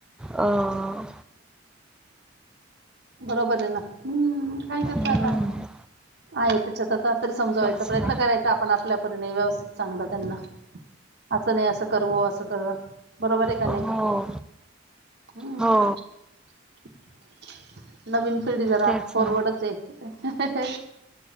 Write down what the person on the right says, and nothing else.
बरोबर आहे ना. हम्म काय
करत आता.... आहे त्याच्यात आता तरी समजावायचा
प्रयत्न
करायचा आपण आपल्यापरीने व्यवस्थित चांगलं.... त्यांना असं नाही असं करव असं कर बरोबर आहे का
नाही... हम्म
नवीन.... पिढी जरा
फॉरवर्डचये....